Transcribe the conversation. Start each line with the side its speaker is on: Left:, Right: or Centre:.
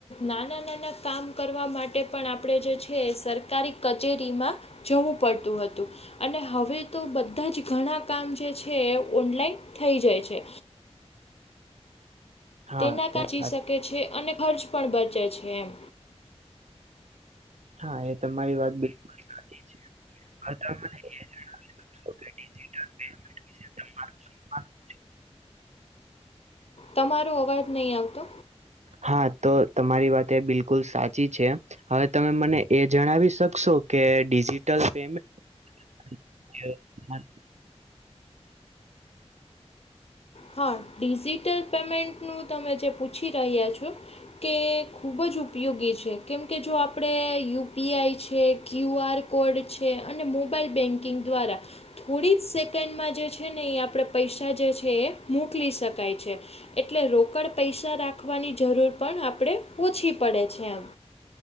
Left: નાના-નાના કામ કરવા માટે પણ આપણે જે છે સર તારી કચેરીમાં જવું પડતું હતું. અને હવે તો બધા જ ઘણા કામ જે છે એ ઓનલાઈન થઈ જાય છે.
Right: હા
Left: તેના
Right: એ
Left: <unintelligible>
Right: સા
Left: શકે છે અને ખર્ચ પણ બચે છે એમ
Right: હા, એ તમારી વાત બિલકુલ સાચી છે. હવે તમે મને એ જણાવી શકો ડીઝીટલ <unintelligible> તમારું શુ <unintelligible>
Left: તમારો અવાજ નહીં આવતો?
Right: હા, તો તમારી વાત એ બિલકુલ સાચી છે. હવે તમે મને એ જણાવી શકશો? કે ડિઝિટલ પેમેન્ટ <unintelligible>
Left: હા, ડિઝિટલ પેમેન્ટનું તમે જે પૂછી રહ્યા છો? કે ખૂબ જ ઉપયોગી છે, કેમકે જો આપણે યુ પી આઈ છે ક્યુ આર કોડ છે અને મોબાઈલ બેન્કિંગ દ્વારા થોડી જ સેકન્ડમાં જે છે ને એ આપણે પૈસા જે છે એ મોકલી શકાય છે. એટલે રોકડ પૈસા રાખવાની જરૂર પણ આપણેે ઓછી પડે છે એમ